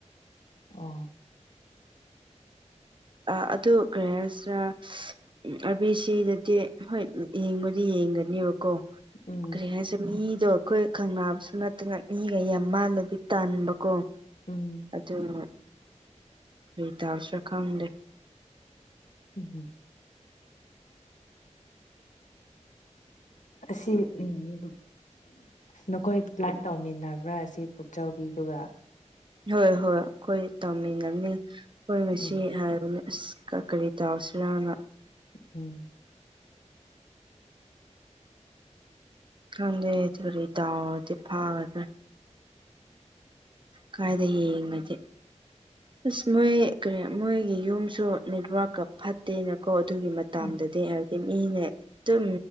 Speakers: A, on the left; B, on the right.
A: ꯑꯣ
B: ꯑꯥ ꯑꯗꯨ ꯀꯔꯤ ꯍꯥꯏꯁꯤꯔ ꯎꯝ ꯑꯥꯔꯕꯤ ꯁꯤꯗꯗꯤ ꯍꯣꯏ ꯌꯦꯡꯕꯗꯤ ꯌꯦꯡꯒꯅꯦꯕꯀꯣ
A: ꯎꯝ
B: ꯀꯔꯤ ꯍꯥꯏ ꯃꯤꯗꯣ ꯑꯩꯈꯣꯏ ꯈꯪꯅꯕꯁꯨ ꯅꯠꯇꯅ ꯃꯤꯒ ꯌꯥꯝ ꯃꯥꯜꯂꯗꯤ ꯇꯥꯟꯕꯀꯣ
A: ꯎꯝ
B: ꯑꯗꯨꯅ ꯀꯔꯤ ꯇꯧꯁꯤꯔ ꯈꯪꯗꯦ
A: ꯎꯝ ꯍꯝ ꯑꯁꯤ ꯎꯝ ꯅꯈꯣꯏ ꯄ꯭ꯂꯥꯟ ꯇꯧꯃꯤꯟꯅꯕ꯭ꯔꯥ ꯁꯤ ꯄꯨꯛꯆꯧꯕꯤꯗꯨꯒ
B: ꯍꯣꯏ ꯍꯣꯏ ꯑꯩꯈꯣꯏ ꯇꯧꯃꯤꯟꯅꯕꯅꯤ ꯑꯩꯈꯣꯏ ꯉꯁꯤ
A: ꯎꯝ
B: ꯍꯥꯏꯕꯅꯤ ꯑꯁ ꯀꯔꯤ ꯇꯧꯁꯤꯔꯥꯅ
A: ꯎꯝ
B: ꯈꯪꯗꯦ ꯇꯔꯤ ꯇꯥꯎꯔꯗꯤ ꯐꯥꯒꯗ ꯀꯥꯏꯗ ꯌꯦꯡꯉꯗꯤ ꯑꯁ ꯃꯣꯏ ꯀꯔꯤ ꯃꯣꯏꯒꯤ ꯌꯨꯝꯁꯨ ꯅꯦꯠꯋꯥꯔꯛꯀꯥ ꯐꯠꯇꯦꯅ ꯀꯣ ꯑꯗꯨꯒꯤ ꯃꯇꯝꯗꯗꯤ
A: ꯎꯝ
B: ꯍꯥꯏꯕꯗꯤ ꯃꯤꯅꯦ ꯑꯗꯨꯝ